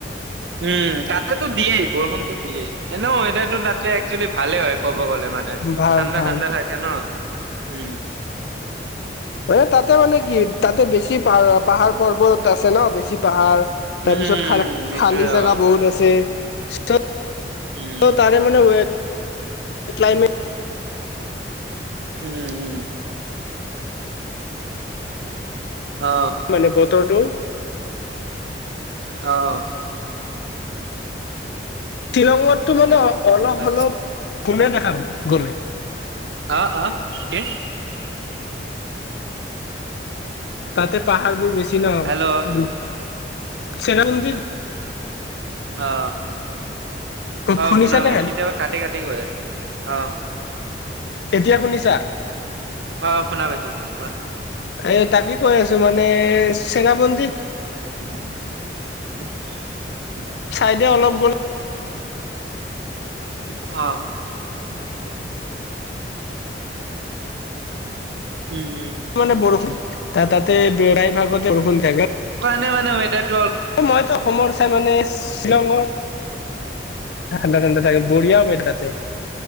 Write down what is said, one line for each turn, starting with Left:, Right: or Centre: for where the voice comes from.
Right: উম তাতেতো দিয়েই বৰষুণতো দিয়েই এনেইও ৱেডাৰটো ভালেই একচুৱেলি ভালে হয় ক- ব গলে মানে
Left: ভাল
Right: ঠাণ্ডা
Left: ভাল
Right: ঠাণ্ডা থাকে ন উম।
Left: হয়ে তাতে মানে কি তাতে বেছি- পাহাৰ পাহাৰ পৰ্বত আছে ন বেছি পাহাৰ তাৰ
Right: উম
Left: পিছত খাল
Right: এইটোয়ে
Left: খালী জোগা
Right: অ
Left: বহুত আছে। <unintelligible>
Right: উম।
Left: অ তাৰে মানে উৱেট ক্লাইমেট
Right: উম উম অ
Left: মানে বতৰটো
Right: আহ।
Left: শ্বিলংঙতটো মানে অলপ
Right: আচ্ছা
Left: অলপ গলে দেখা গল গলে।
Right: অ অ কি?
Left: তাতে পাহাৰবোৰ বেছি ন,
Right: হেল্ল' অ
Left: চেৰাপুঞ্জী
Right: অ। আহ
Left: শুনিছানে
Right: শুনাম কেতিয়াবা কাটি কাটি গৈ আছে অ।
Left: এতিয়া শুনিছা?
Right: অ শুনা পাইছো কোৱা?
Left: এই তাকে কৈ আছোঁ মানে চেৰাপুঞ্জী
Right: <inaudible>
Left: চাইডে অলপ গ'লে
Right: অ। উম, উম,
Left: মানে বৰষুণ তাতে বেৰাই ভাগতে বৰষুণ থাকে।
Right: তুমি মানে ৱেতাত
Left: মইতো অসমৰ চাই মানে শ্বিলঙৰ ঠাণ্ডা ঠাণ্ডা থাকে, বঢ়িয়া হব এ তাতে।